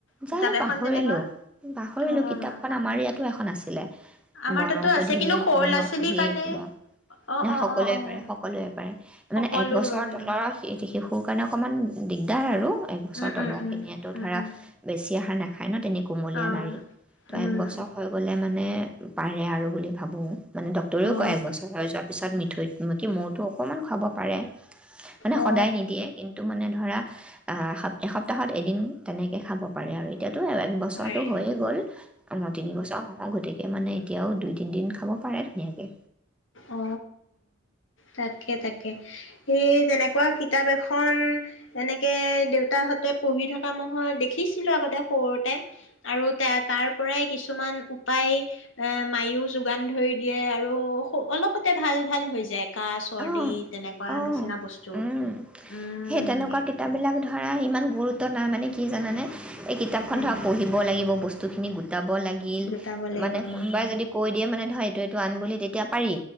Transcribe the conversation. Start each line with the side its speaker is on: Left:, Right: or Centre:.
Left: কিতাপ
Centre: জানো পাহৰিলোঁ।
Left: এখন তেনেকুৱা
Centre: পাহৰিলোঁ
Left: অ'।
Centre: কিতাপখন আমাৰ ইয়াতো এখন আছে।
Left: আমাৰ
Centre: বনৌষধি
Left: তাতো আছে কিন্তু সৰু
Centre: বনৌষধি
Left: ল'ৰা ছোৱালীৰ কাৰণে
Centre: কিবা,
Left: অ
Centre: ন?
Left: অ
Centre: সকলোৱে
Left: অ অ
Centre: পাৰে, সকলোৱে মানে
Left: সকলোৰ
Centre: এক বছৰ
Left: বাবে
Centre: তলৰ
Left: অ
Centre: শিশু সোৰ কাৰণে অকণমান দিগদাৰ আৰু এক বছৰ
Left: উম
Centre: তলত
Left: উম
Centre: খিনিয়েতো
Left: উম
Centre: ধৰা
Left: উম উম
Centre: বেছি আহ নাখায় ন, তেনেকে কুমলীয়া
Left: অ
Centre: নাৰী তো,
Left: উম
Centre: এক বছৰ হৈ গ'লে মানে পাৰে আৰু বুলি ভাবোঁ। মানে ডক্তৰেও
Left: অ
Centre: কয় একবছৰ আৰু যোৱাৰ পিছত মিঠৈ দিব কি মৌটো অকণমান খাব পাৰে। মানে
Left: অ
Centre: সদায় নিদিয়ে কিন্তু, মানে ধৰা আহ এসপ্তাহত এদিন তেনেকে খাব পাৰে আৰু এতিয়া এক বছৰটো
Left: পাৰে
Centre: হৈয়ে গ'ল অ তিনি বছৰ গোটেই মানে এতিয়াও দুই তিন দিন খাব পাৰে ধুনীয়াকে
Left: অ তাকে তাক কে এ যেনেকুৱা কিতাপ এখন খ এনেকৈ দেউতাহঁতে পঢ়ি থকা ময় দেখিছিলোঁ আগতে সৰুতে আৰু তা তাৰ পৰাই কিছুমান পাই এ মাইয়ো যোগান ধৰি দিয়ে আৰু অলপতে ভাল ভাল হৈ যায় কাহ-চৰ্দি
Centre: অঁ
Left: তেনেকুৱা
Centre: অ',
Left: নিচিনা বস্তু
Centre: উম,
Left: উম
Centre: সেই তেনেকুৱা কিতাপ বিলাক ধৰা ইমান গুৰুত্ব তংব নাই মানে কি জানানে এই কিতাপখন
Left: উম
Centre: ধৰক পঢ়িব লাগিব বস্তু খিনিবুট যাব লাগিল
Left: গোটাব লাগিব
Centre: মানে
Left: উম
Centre: কোনোবাই যদি কৈ দিয়ে মানে ধৰা এইটো আন বুলি তেতিয়া পাৰি